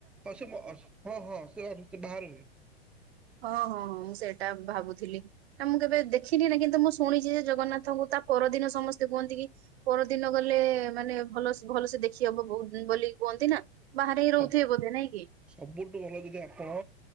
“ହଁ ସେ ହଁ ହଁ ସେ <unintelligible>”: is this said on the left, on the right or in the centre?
Centre